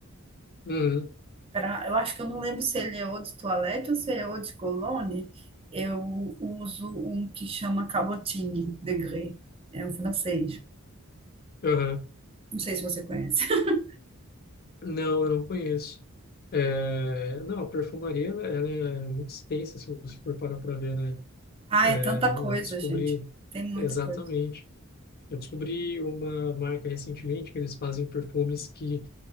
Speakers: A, on the left; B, on the right.
A: Uhum.
B: Pra, eu acho que eu não lembro se ele é ou de toalete ou se é ou de colônia, eu uso um que chama Cabotine de Grès, é um francês,
A: Uhum.
B: não sei se você conhece. <laughs>
A: Não, eu não conheço. É, não, a perfumaria ela, ela é muito extensa, se você for parar para ver, né?
B: Ah,
A: É,
B: é tanta coisa,
A: eu descobri
B: gente, tem muita
A: exatamente.
B: coisa.
A: Eu descobri uma marca recentemente que eles fazem perfumes que